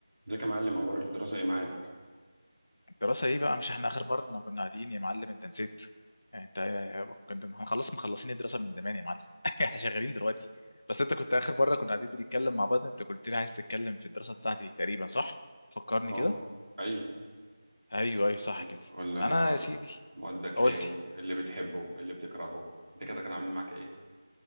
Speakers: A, on the right; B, on the left.
A: ازيك يا معلم اخبار الدراسة ايه معاك
B: دراسة ايه بقى مش احنا اخر مرة لما كنا قاعدين يا معلم انت نسيت يعني انت كنت هنخلص مخلصين الدراسة من زمان يا معلم <laughs> احنا شغالين دلوقتي بس انت كنت اخر مرة كنا قاعدين بنتكلم مع بعض انت قلت لي عايز تتكلم في الدراسة بتاعتي تقريبا صح فكرني
A: اه
B: كده
A: ايوه
B: ايوه ايوه صح
A: ولا
B: كده
A: ولا
B: انا يا سيدي
A: مودك
B: قلت
A: ايه وايه اللي بتحبه وايه اللي بتكرهه ده كده كانوا عاملين معاك ايه